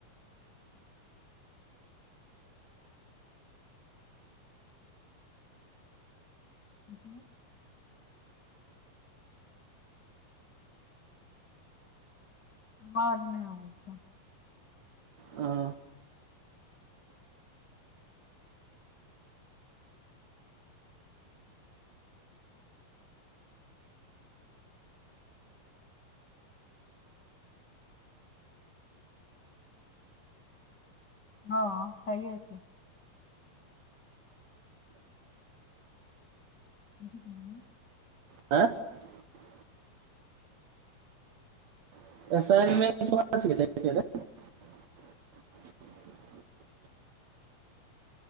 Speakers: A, on the left (about 50°); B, on the right (about 65°).
A: अत <inaudible> बार नहि आाज त।
B: हँ
A: हँ सही होत। अ बान <inaudible>
B: आँ <unintelligible> ऐसाइमेंट <inaudible>